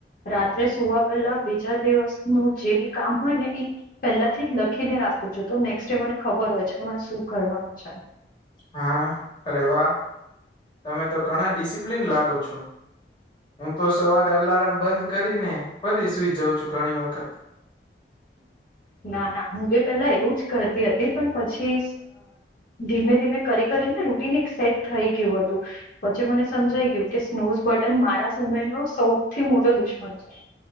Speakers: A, on the left (about 50°); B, on the left (about 25°).
A: રાત્રે સુવા પેલા બીજા દિવસનું જે બી કામ હોય ને એ પેલા થી જ લખીને રાખું છું તો નેક્સ્ટ ડે મને ખબર હોય છે કે મને શું કરવાનું છે
B: હા અરે વાહ તમે તો ઘણા ડિસિપ્લિન લાગો છો. હું તો સવારે અલાર્મ બંધ કરીને ફરી સુઈ જાઉં છું ઘણી વખત
A: ના ના હું ભી પેલા એવું જ કરતી હતી પણ પછી ધીમે ધીમે કરી કરીને રૂટીન એક સેટ થઈ ગયું હતું. પછી મને સમજાઈ ગયું કે સ્નોઝ બટન મારા સમય ન સૌથી મોટો દુશ્મન છે.